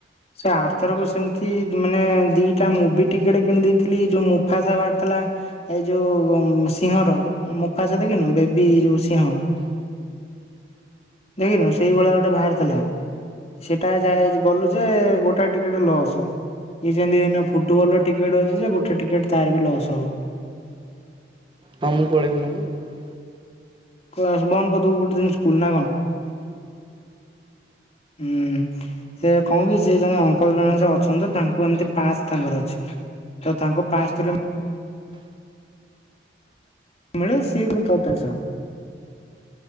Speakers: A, on the left (about 35°); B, on the right (about 25°).
A: ସେ ଆର ଥରକ ସେମତି ମାନେ ଦିଟା ମୁଭି ଟିକେଟ କିଣି ଦେଇଥିଲି ଯୋଉ ମୁଫାସା ବାହାରିଥିଲା ଏଇ ଯୋଉ ସିଂହର ମୁଫାସା ଦେଖିନୁ ବେବି ଯୋଉ ସିଂହ। ଦେଖିନୁ ସେଇଭଳିଆ ଗୋଟେ ବାହାର ଥିଲା ସେଟା ଯାଏ ଗଲୁ ଯେ ଗୋଟେ ଟିକେଟ ଲସ୍ ଇଏ ଯେମିତି ଫୁଟବଲର ଟିକେଟ ଅଛି ଯେ ଗୋଟେ ଟିକେଟ ତାର ବି ଲସ୍ ହବ।
B: ହଁ ମୁଁ ପଳେଇିବି ନହେଲେ।
A: ବନ୍ଦ କରିଦବୁ ଗୋଟେ ଦିନ ସ୍କୁଲ ନା କଣ ହୁଁ ସେ କଣ କି ସେ ଜଣେ ଅଙ୍କଲ ଜଣେ ସେ ଅଛନ୍ତି ତ ତାଙ୍କୁ ଏମତି ପାସ୍ ତାଙ୍କର ଅଛି ତ ତାଙ୍କ ପାସ ଥ୍ରୁ ମିଳେ ସେ କିନ୍ତୁ ପ୍ରତେଶ।